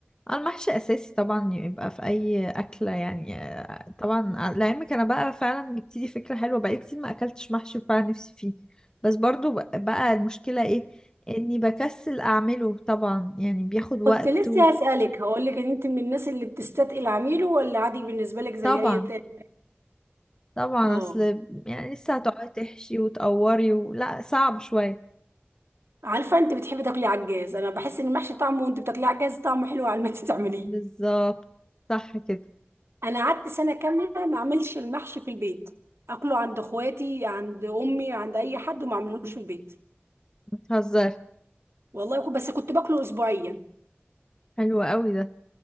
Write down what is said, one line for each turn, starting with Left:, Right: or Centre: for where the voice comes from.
Left: آه، المحشي أساسي طبعا يبقى في أي أكلة يعني آه، طبعا ع- لعلمك أنا بقى فعلا جبت لي فكرة حلوة بقالي كتير ما أكلتش محشي وفعلا نفسي فيه بس برضو ب- بقى المشكلة إيه إني بكسل أعمله طبعا يعني بياخد وقت
Right: كنت لسه
Left: و...
Right: هسألك هقول لك ان انت من الناس اللي بتستثقل عميله ولا عادي بالنسبه لك زي
Left: طبعا
Right: اي تاني
Left: طبعا
Right: اه
Left: أصل يعني لسه هتقعدي تحشي وتقوري و... لا صعب شوية
Right: عارفه انت بتحبي تاكلي عجاز انا بحس ان المحشي طعمه وانت بتاكليه عجاز طعمه حلو على ما انت تعمليه
Left: بالظبط صح كده
Right: انا قعدت سنه كامله ما اعملش المحشي في البيت اكله عند اخواتي عند امي عند اي حد وما اعملوش في البيت
Left: بتهزري
Right: والله كنت- بس كنت باكله اسبوعيا
Left: حلو قوي ده